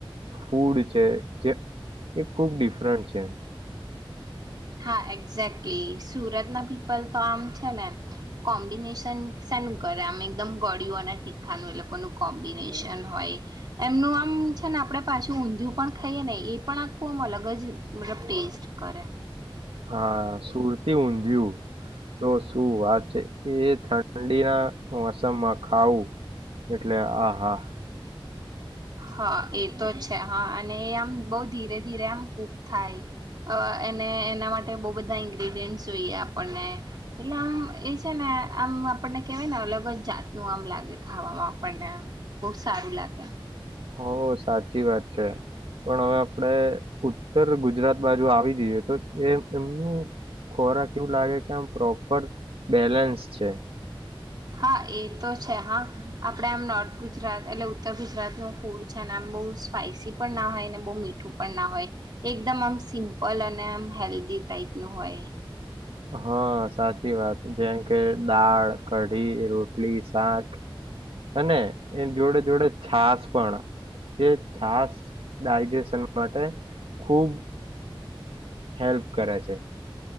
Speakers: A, on the right (about 85°); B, on the right (about 50°).
A: ફૂડ છે જે એ ખુબ ડિફરન્ટ છે.
B: હા એક્ઝેક્ટલી સુરતના પીપલ તો આમ છે ને કોમ્બિનેશન સાનું કરે આમ એકદમ ગળિયું અને તીખાનું એ લોકોનું કોમ્બિનેશન હોય એમનું આમ છે ને આપડે પાછું ઊંધિયું પણ ખાઈએ ને એ પણ આખું આમ અલગ જ મતલબ ટેસ્ટ કરે
A: હા સુરતી ઊંધિયું તો શું વાત છે. એ ઠંડીના મોસમમાં ખાવું એટલે આહા.
B: હા એ તો જ છે હા અને એ આમ બહ ધીરે ધીરે આમ કૂક થાય એને એના માટે બહ બધા ઇન્ગ્રીડિયન્ટ જોઈએ આપણને એટલે આમ એ છે ને આમ આપણને કેહેવાય ને અલગ અલ જાતનું આમ લાગે ખાવામાં આપણને આમ. બહ સારું લાગ્યા.
A: હોશ. સાચી વાત છે પણ હવે આપડે ઉત્તર ગુજરાત બાજુ. જો આવી જઈએ તો એ એમનું ખોરાક એવું લાગે કે આમ પ્રોપર બેલેન્સ છે.
B: હા એ તો છે હા આપણે આમ નોર્થ ગુજરાત એટલે ઉત્તર ગુજરાતનું ફૂડ છે ને આમ બહુ સ્પાઈસી પણ ના હોય ને બહુ મીઠું પણ ના હોય એકદમ આમ સિમ્પલ અને આમ હેલ્ધી ટાઈપનું હોય.
A: હા સાચી વાત જેમ કે દાળ કઢી રોટલી. શાક અને એ જોડે જોડે છાસ. પણ જે છાસ ડાયજેશન માટે ખુબ હેલ્પ કરે છે.